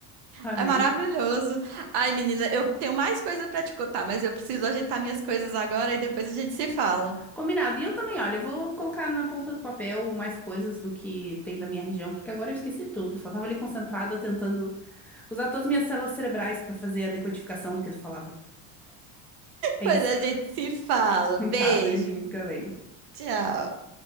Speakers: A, in the centre; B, on the right.
A: amei.
B: É maravilhoso. Ai, menina, eu tenho mais coisa pra te contar, mas eu preciso ajeitar minhas coisas agora e depois a gente se fala.
A: Combinado. E eu também, olha, eu vou colocar na ponta do papel mais coisas do que tem da minha região, porque agora eu esqueci tudo. Só tava ali concentrada tentando usar todas as minhas células cerebrais pra fazer a decodificação do que tu falava. É
B: Mas
A: isso.
B: a gente se fala.
A: <laughs>
B: Beijo.
A: Tá, beijinho, fica bem.
B: Tchau.